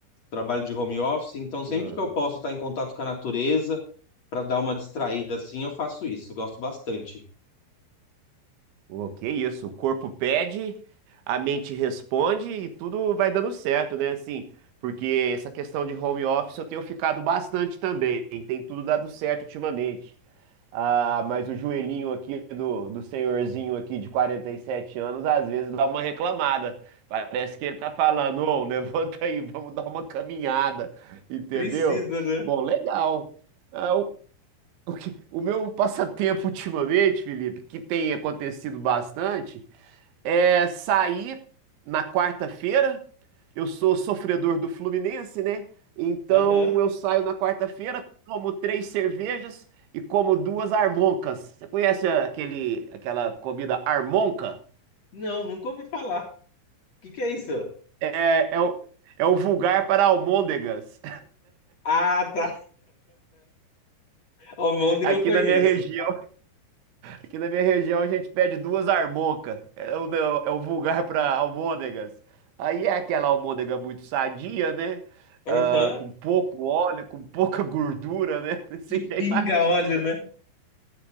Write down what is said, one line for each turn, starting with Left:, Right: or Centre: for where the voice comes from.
Left: trabalho de home office, então sempre
Right: Aham.
Left: que eu posso estar em contato com a natureza para dar uma distraída assim, eu faço isso, eu gosto bastante.
Right: Pô, que isso, o corpo pede, a mente responde e tudo vai dando certo, né? Assim, porque essa questão de home office eu tenho ficado bastante também, tem tudo dado certo ultimamente. Ah, mas o joelhinho aqui do, do senhorzinho aqui de 47 anos, às vezes dá uma reclamada. Parece que ele tá falando, ô, <laughs> levanta aí, vamos dar uma caminhada, entendeu?
Left: Precisa, né?
Right: Bom, legal. Ah, o o que- o meu passatempo ultimamente, Felipe, que tem acontecido bastante, é sair na quarta-feira. Eu sou sofredor do Fluminense, né? Então
Left: Aham.
Right: eu saio na quarta-feira, tomo três cervejas e como duas armoncas. Você conhece aquele, aquela comida armonca?
Left: Não, nunca ouvi falar. O que que é isso?
Right: É, é o, é o vulgar para almôndegas
Left: Ah, tá. Almôndega
Right: <laughs> aqui
Left: eu conheço.
Right: na minha região. Aqui na minha região a gente pede duas armoncas. É o, é o vulgar para almôndegas. Aí é aquela almôndega muito sadia, né?
Left: Aham.
Right: Ah, com pouco óleo, com pouca gordura, né? <laughs> Você
Left: Que
Right: já
Left: pinga
Right: imagina.
Left: óleo, né?